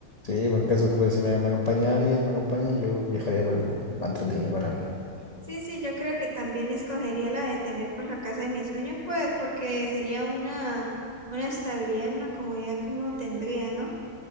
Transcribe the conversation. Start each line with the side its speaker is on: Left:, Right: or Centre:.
Left: Sí, pues en caso, pero si me, me acompaña alguien, me acompaña, yo viajaría por el mundo, más entretenido con alguien.
Right: Sí, sí, yo creo que también escogería la de tener por la casa de mis sueños, pues, porque sería una, una estabilidad y una comodidad que uno tendría, ¿no?